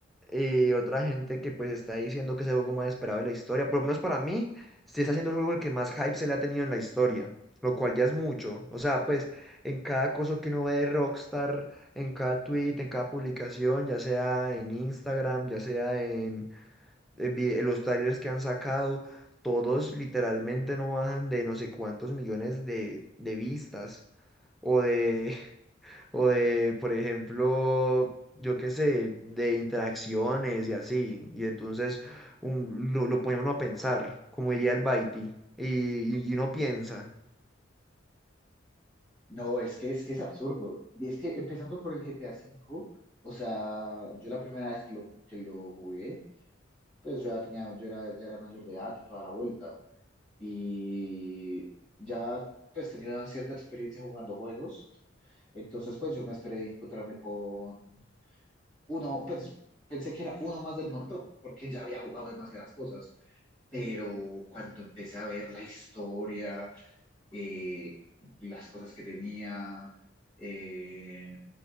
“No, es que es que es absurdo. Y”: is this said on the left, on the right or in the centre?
Left